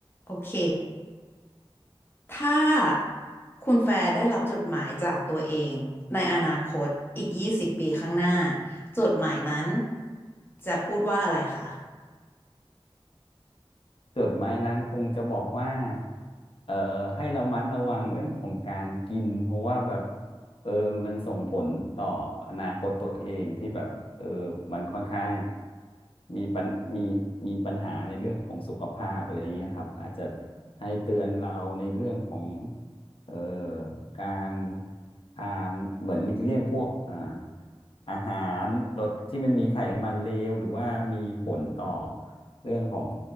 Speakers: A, on the left; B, on the left.
A: โอเค ถ้าคุณแฟร์ได้รับจดหมายจากตัวเองในอนาคตอีกยี่สิบปีข้างหน้าจดหมายนั้นจะพูดว่าอะไรคะ
B: จดหมายนั้นคงจะบอกว่าเอ่อให้เรามัดระวังเรื่องของการกินเพราะว่าแบบเออมันส่งผลต่ออนาคตตัวเองที่แบบเออมันค่อนข้างมีปัญมีมีปัญหาในเรื่องของสุขภาพอะไรเงี้ยครับอาจจะให้เตือนเราในเรื่องของเอ่อการทานเหมือนหลีกเลี่ยงพวกอ่า อาหารรสที่มันมีไขมันเลวหรือว่ามีผลต่อเรื่องของ